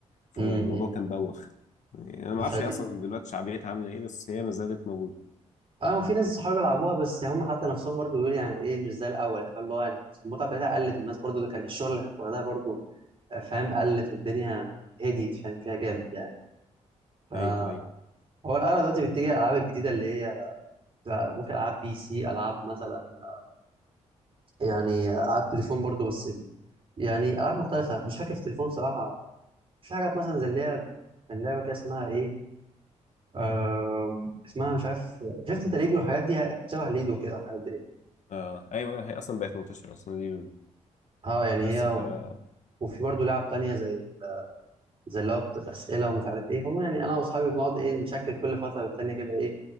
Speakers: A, on the left; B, on the right.
A: فالموضوع
B: امم إمم.
A: كان بوخ يعني انا ما اعرفش
B: فدي
A: هي اصلا دلوقتي شعبيتها عاملة ايه بس هي ما زالت موجودة
B: اه وفي ناس صحابي بيلعبوها بس هم حتى نفسهم برضو بيقولوا يعني ايه مش زي الاول يعني فاهم اللي هو يعني المتعه بتاعتها قلت والناس برضو اللي كان الشغل اللي كانت واخداها برضو آه، فاهم قلت والدنيا هديت فاهم فيها جامد يعني فهو
A: ايوه ايوه
B: الاغلب دلوقتي بيتجه الالعاب الجديده اللي هي بتبقى ممكن العاب بي سي العاب مثلا يعني العاب تليفون برضو بس يعني العاب مختلفه مش فاكر في التليفون صراحه في حاجات مثلا زي اللي هي كان لعبه كده اسمها ايه آم، اسمها مش عارف شفت انت ليدو الحاجات دي شبه ليدو كده الحاجات دي
A: اه ايوه هي اصلا بقت منتشرة اصلا دي
B: اه يعني
A: بس
B: هي
A: فانا
B: وفي برضو لعب تانية زي زي اللي هو بتاعت الاسئله ومش عارف ايه هم يعني انا واصحابي بنقعد ايه نشكل كل فتره والتانيه كده ايه